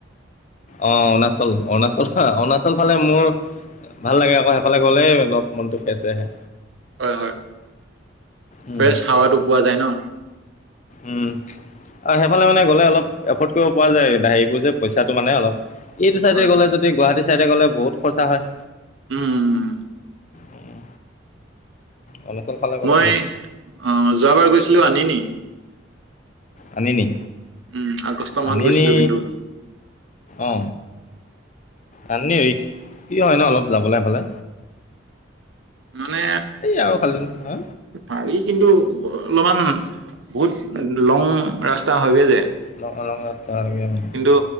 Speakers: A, on the left (about 40°); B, on the right (about 70°).
A: অ অৰুণাচল অৰুণাচল অৰুণাচল ফালে মোৰ ভাল লাগে আকৌ সেইফালে গ'লেই অলপ মনতটো ফেৰেচ হৈ
B: হয় হয়
A: উম,
B: ফ্ৰেছ হাৱাটো পোৱা যায় ন
A: উম আৰু সেইফালে মানে গ'লে অলপ এফৰ্ড কৰিব পৰা যায় হেৰিবোৰ যে পইচাটো মানে অলপ এইটো চাইডে
B: হয়
A: গ'লে
B: হয়।
A: যদি গুৱাহাটী চাইডে গ'লে বহুত খৰচা হয়
B: উম উম
A: উম, অৰুণাচল ফালে গ'লে
B: মই
A: বহুত
B: অ যোৱাবাৰ গৈছিলো আনি নি
A: আনি নি
B: উম, আগষ্ট মাহত
A: আনি
B: গৈছিলো
A: নি
B: কিন্তু
A: অ আ নে ৰিক্স কি হয় ন অলপ যাবলৈ সেই ফালে
B: মানে
A: আৰু খালি হা
B: পাৰি কিন্তু <unintelligible> বহুত লং ৰাস্তা হয়গৈ যে
A: লং লং ৰাস্তা লাগে
B: কিন্তু